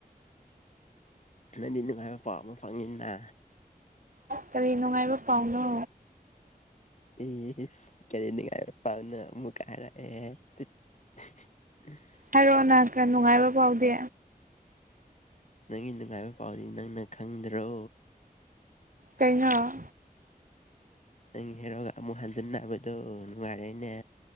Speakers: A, on the left; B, on the right.
A: ꯅꯪꯒꯤ ꯅꯨꯡꯉꯥꯏꯕ ꯄꯥꯎ ꯑꯃ ꯐꯪꯉꯤꯅ
B: ꯀꯔꯤ ꯅꯨꯡꯉꯥꯏꯕ ꯄꯥꯎꯅꯣ
A: ꯑꯦ ꯏꯁ ꯀꯔꯤ ꯉꯥꯏꯕ ꯄꯥꯎꯅꯣ ꯑꯃꯨꯛꯀ ꯍꯥꯏꯔꯛꯑꯦ <inaudible>
B: ꯍꯥꯏꯔꯛꯑꯣ ꯅꯪ ꯅꯨꯡꯉꯥꯏꯕ ꯄꯥꯎꯗꯤ
A: ꯅꯪꯒꯤ ꯅꯨꯡꯉꯥꯏꯕ ꯄꯥꯎꯗꯤ ꯅꯪꯅ ꯈꯪꯗ꯭ꯔꯣ
B: ꯀꯩꯅꯣ
A: ꯅꯪꯒꯤ ꯍꯦꯔꯣ ꯑꯃꯨꯛ ꯍꯟꯖꯤꯟ ꯅꯕꯗꯣ ꯅꯨꯡꯉꯥꯏꯔꯦꯅꯦ